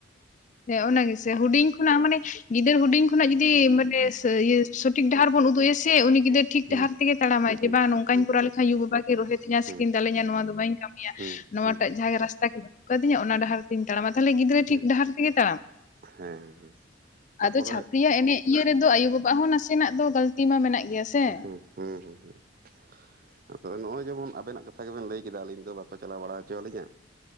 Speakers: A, on the left; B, on the right.
A: ᱦᱮᱸ ᱚᱱᱟ ᱜᱮᱥᱮ, ᱦᱩᱰᱤᱧ ᱠᱷᱚᱱᱟᱜ ᱢᱟᱱᱮ ᱜᱤᱫᱟᱹᱨ ᱦᱩᱰᱤᱧ ᱠᱷᱚᱱᱟᱜ ᱡᱩᱫᱤ ᱢᱟ <unintelligible> ᱤᱭᱟᱹ ᱥᱚᱴᱷᱤᱠ ᱰᱟᱦᱟᱨ ᱵᱚᱱ ᱩᱫᱩᱜ ᱟᱭᱟ ᱥᱮ ᱩᱱᱤ ᱜᱤᱫᱨᱟᱹᱨ ᱴᱷᱤᱠ
B: ᱦᱩᱸ
A: ᱰᱟᱦᱟᱨ ᱛᱮᱜᱮᱼᱼ ᱛᱟᱲᱟᱢᱟᱭ
B: ᱦᱩᱸ
A: ᱡᱮ ᱵᱟᱝ ᱱᱚᱝᱠᱟᱧ
B: ᱦᱩᱸ
A: ᱠᱚᱨᱟᱣ ᱞᱮᱠᱷᱟᱱ ᱟᱭᱩ ᱵᱟᱵᱟ ᱠᱤᱱ ᱨᱚᱦᱮᱫᱤᱧᱟ
B: ᱦᱩᱸ
A: ᱥᱮᱠᱤᱱ ᱫᱟᱞᱮᱧᱟ ᱱᱚᱣᱟ ᱫᱚ ᱵᱟᱹᱧ ᱠᱟᱹᱢᱤᱭᱟ
B: ᱦᱩᱸ
A: ᱾ ᱱᱚᱣᱟ
B: ᱦᱩᱸ
A: ᱴᱟᱜ ᱡᱟᱦᱟᱭ ᱨᱟᱥᱛᱟ ᱠᱤᱱ ᱩᱫᱩᱜ ᱠᱟᱫᱤᱧᱟ ᱚᱱᱟ ᱰᱟᱦᱟᱨ ᱛᱤᱧ ᱛᱟᱲᱟᱢᱟ, ᱛᱟᱦᱚᱞᱮ ᱜᱤᱫᱽᱨᱟᱹ
B: ᱦᱮᱸ
A: ᱴᱷᱤᱠ ᱰᱟᱦᱟᱨᱼᱼ ᱛᱮᱜᱮ ᱛᱟᱲᱟᱢ,
B: ᱦᱮᱸ ᱛᱟᱯᱚᱨᱮ
A: ᱟᱫᱚ ᱪᱷᱟᱯᱲᱤᱭᱟᱜ ᱮᱱᱮᱡᱼᱼ ᱤᱭᱟᱹ ᱨᱮᱫᱚ ᱟᱭᱩ ᱵᱟᱵᱟ ᱦᱚᱸ ᱱᱟᱥᱮᱱᱟᱜ ᱫᱚ ᱜᱟᱹᱞᱛᱤ ᱢᱟ ᱢᱮᱱᱟᱜ ᱜᱮᱭᱟ ᱥᱮ ᱾
B: ᱦᱩᱸ ᱦᱩᱸ ᱦᱩᱸ ᱦᱩᱸ ᱾ ᱟᱫᱚ ᱱᱚᱜᱼᱚᱭ ᱡᱮᱢᱚᱱ ᱟᱵᱮᱱᱟᱜ ᱠᱟᱛᱷᱟ ᱜᱮᱵᱮᱱ ᱞᱟᱹᱭ ᱠᱮᱫᱟ ᱟᱞᱤᱧ ᱫᱚ ᱵᱟᱠᱚ ᱪᱟᱞᱟᱣ ᱵᱟᱲᱟ ᱦᱚᱪᱚᱣᱟᱞᱤᱧᱟᱼᱼ